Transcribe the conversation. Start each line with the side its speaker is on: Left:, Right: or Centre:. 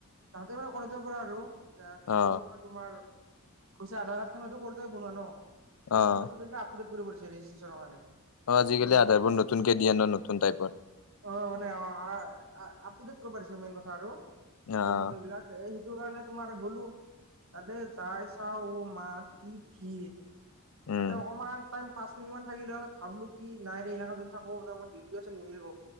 Right: তাহ মানে কলেজৰ পৰা আৰু
Left: অ
Right: কি বুলি কয় তোমাৰ- কৈছে আধাৰ কাৰ্ড খনতো সৰুতে বনোৱা ন, এনে
Left: অ
Right: ফটো চিল আপুডেট কৰিছে ৰেজিষ্ট্ৰেচ কাৰণে।
Left: অঁ আজিকালি
Right: চ'
Left: আধাৰবোৰ নতুনকে দিয়ে ন, নতুন টাইপৰ।
Right: অঁ মানে অঁ আপুডেট কৰিব দিছে মেইন কথা আৰু
Left: অ
Right: অৰিজিনেল বিলাক- এ সেইটো কাৰণে তোমাৰ গলো তাতে যাই চাওঁ অঁ মা কি ভিৰ।
Left: উম
Right: তাতে অকমান- পাঁচ মিনিটমান থাকিলে ভাবলো কি নাইৰে এই এনেকা যদি থাকোম ডিউটি আছে নিমিলিব।